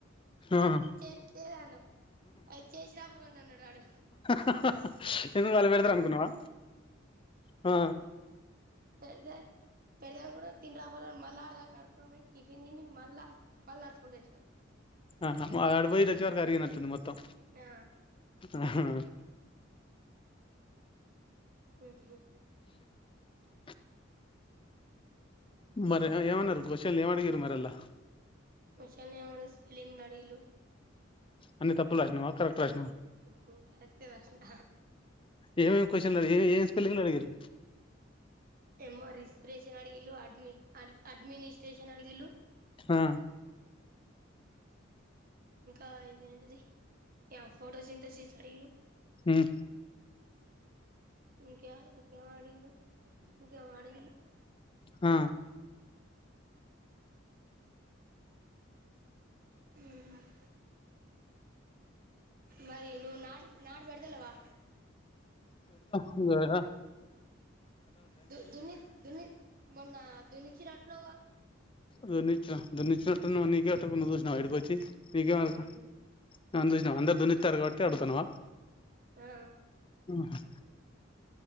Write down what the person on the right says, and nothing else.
చే చేయలే అన్నం అ చేసి రాపో అన్నాడు అడు
పెడదే పెడదే కూడా తినీరా పో మళ్ళా అడదాం క నడుచుకుంట పోయి టిఫిన్ తిని మళ్ళా <unintelligible> నడుచుకుంటూ వచ్చినాం
ఆ
ఉ హమ్
క్వశ్చన్లు ఏం అడిగ స్పెల్లింగ్ అడిగిల్లు
ఉహ్ కరెక్టే రాసిన హ
ఏమో రిస్ేష <unintelligible> న్ అడిగి అడ్మనిస్్రేషన్ అడిగిలు
ఆ ఇది ఏంటిది ఫోటో సింథసిస్ అడిగిల్లు
ఇంకా ఇంక ఏమి అడి గిల్లు ఇంక ఏమో అడి గిల్లు
హ్మ్ హ్మ్ మరి నువ్ నాట్ నాటు బెడతలేవా??
దు దునిక్ దుని మొన్న దునికి నట్టున్నావ్గా
ఉమ్
ఆ